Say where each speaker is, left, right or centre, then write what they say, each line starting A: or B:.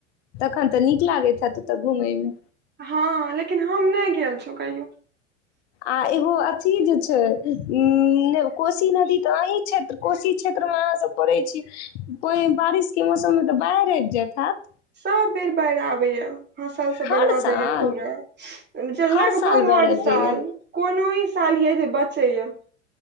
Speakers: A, on the left; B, on the right.
A: तहन तऽ नीक लागैत हैत ओतय घूमे मे
B: हँ लेकिन हम नहि गेल छौ कहियो
A: आ एगो अथी जे छै उ कोशी नदी तऽ अही क्षेत्र कोशी क्षेत्र अहाँ सब पड़ै छीय कोहि बारिश के मौसम मे तऽ बाढ़ि आबि जायइत हैत
B: सब बेर बाढ़ि आबे या फसल सब बर्बाद
A: हर साल
B: होइय पूरा जे लगभग
A: हर साल बाढ़ि
B: हर
A: आबि
B: साल
A: जाइए
B: कोनो ई साल य जे बचैए य